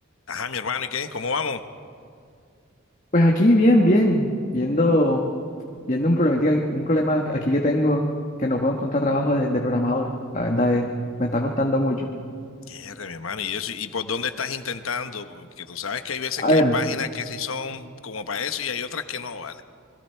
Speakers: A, on the left; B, on the left.
A: Ajá, mi hermano, ¿y qué? ¿Cómo vamos?
B: Pues aquí bien, bien, viendo, viendo un problemática, aquí- un problema aquí que tengo que no puedo encontrar trabajo de, de programador. La verdad es, me está costando mucho.
A: Mierda, mi hermano, ¿y eso? ¿Y por dónde estás intentando? Porque tú sabes que hay veces
B: A
A: que
B: ver,
A: hay páginas que sí son como para eso y hay otras que no, ¿vale?